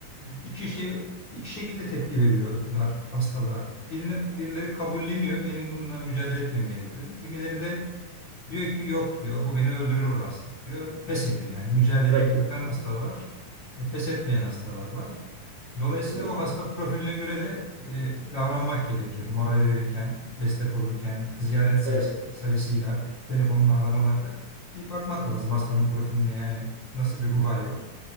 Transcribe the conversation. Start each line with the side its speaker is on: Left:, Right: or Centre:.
Left: iki şey iki şekilde tepki veriyorlar hastalığa. Birine, birileri kabulleniyor. Benim bununla mücadele etmem gerekiyor. Kimileri de Diyor ki yok diyor bu beni öldürür bu hastalık diyor. Pes ediyor yani mücadeleyi
Right: Bırakıyor.
Left: bırakan hastalar var. e, Pes etmeyen hastalar var. Dolayısıyla
Right: Evet.
Left: o hasta profiline göre de e, davranmak gerekir. Moral verirken, destek olurken, ziyaret sayısı,
Right: Evet.
Left: sayısıyla, telefonla aramalarda bir bakmak lazım hastanın profiline yani nasıl bir ruh hali var.